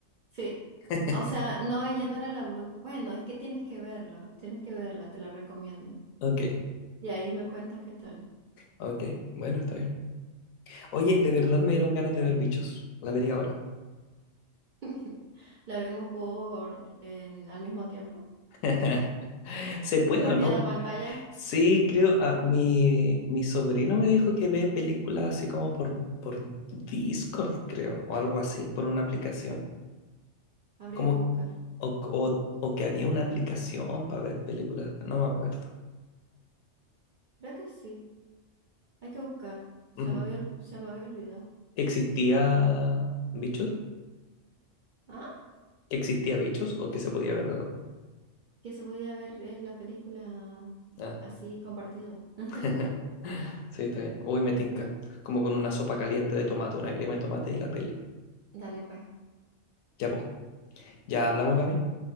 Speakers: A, on the right; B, on the left.
A: sí.
B: <laughs>
A: O sea, no, ella no era la bruja. Bueno, es que tienes que verla. Tienes que verla, te la recomiendo.
B: Ok,
A: Y ahí me cuentas qué tal.
B: ok. Bueno, está bien. Oye, de verdad me dieron ganas de ver bichos. La vería ahora.
A: <laughs> La vemos por en- al mismo tiempo.
B: <laughs> ¿Se puede
A: Compartiendo
B: o no
A: la pantalla.
B: Sí, creo, ah, mi, mi sobrino me dijo que ve películas así como por, por Discord, creo, o algo así, por una aplicación.
A: Habría
B: Como,
A: que buscar.
B: o, o- o que había una aplicación para ver películas, no me acuerdo.
A: Creo que sí. Hay que buscar. Se
B: Ujú.
A: me había, ol- se me había olvidado.
B: ¿Existía Bichos?
A: Ah,
B: ¿Que existía Bichos o que se podía ver de dos?
A: que se podía ver eh, la película
B: Ah,
A: así compartido. <laughs>
B: <laughs> sí, está bien. Uy, me tinca. Como con una sopa caliente de tomate, una crema de tomate y la peli.
A: Dale, pues,
B: Ya, pues. ¿Ya hablamos, Gaby?